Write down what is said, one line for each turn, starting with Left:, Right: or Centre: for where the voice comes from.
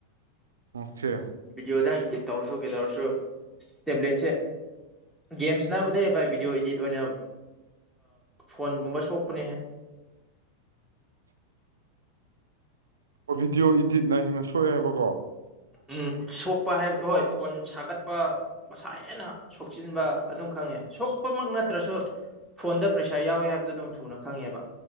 Right: ꯑꯣꯀꯦ
Centre: ꯕꯤꯗꯤꯑꯣꯗ ꯏ ꯗꯤꯠ ꯇꯧꯔꯁꯨ ꯀꯩꯗꯧꯔꯁꯨ ꯇꯦꯕ꯭ꯂꯦꯠꯁꯦ ꯒꯦꯝ ꯁꯥꯟꯅꯕꯗꯩ ꯚꯥꯏ ꯚꯤꯗꯤꯑꯣ ꯏꯗꯤꯠ ꯑꯣꯏꯅ ꯐꯣꯟꯒꯨꯝꯕ ꯁꯣꯛꯄꯅꯦꯍꯦ
Right: <unintelligible> ꯑꯣ ꯚꯤꯗꯤꯑꯣ ꯏꯗꯤꯠꯅ ꯍꯦꯟꯅ ꯁꯣꯛꯑꯦ ꯍꯥꯏꯕꯀꯣ
Centre: ꯎꯝ ꯁꯣꯛꯄ ꯍꯥꯏꯕꯗꯤ ꯍꯣꯏ ꯐꯣꯟ ꯁꯥꯒꯠꯄ ꯃꯁꯥ ꯍꯦꯟꯅ ꯁꯣꯛꯆꯤꯟꯕ ꯑꯗꯨꯝ ꯈꯛ ꯈꯪꯉꯦ ꯁꯣꯛꯄꯃꯛ ꯅꯠꯇ꯭ꯔꯁꯨ ꯐꯣꯟꯗ ꯄ꯭ꯔꯦꯁꯔ ꯌꯥꯎꯋꯦ ꯍꯥꯏꯕꯗꯨ ꯑꯗꯨꯝ ꯊꯨꯅ ꯈꯪꯉꯦꯕ